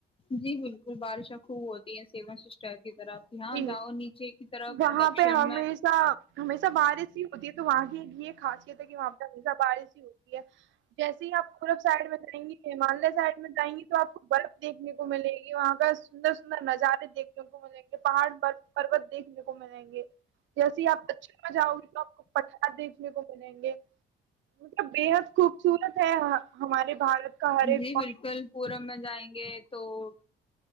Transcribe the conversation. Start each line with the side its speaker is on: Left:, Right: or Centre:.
Left: جی بالکل بارشیں خوب ہوتی ہیں سیا سسٹر طرف یہاں
Right: جی
Left: جاؤ نیچے کی طرف
Right: وہاں
Left: دکشن
Right: پہ ہمیشہ
Left: میں
Right: ہمیشہ بارش ہی ہوتی ہے تو وہاں ہی یہ خاصیت ہے کہ وہاں پہ ہسہ بارش ہی ہوتی ہے جیسے ہی آپ پورب سائڈ میں جائیں گے ہمالیہ سائڈ میں جائیں گی تو آپ کو برف دیکھنے کو ملے گی وہاں کا سندر سندر نظارے دھنے کو مے پہاڑ پر پروت دیکھنے کو ملیں گے جیسے ہی آپ دن میں جاؤ گی تو آپ کو پٹھار دیکھنے کو ملیں گے مطلب بےحد خوبصورت ہے ہمارے بھارت کا ہر ایک
Left: جی
Right: کون
Left: بالکل پورم میں جائیں گے تو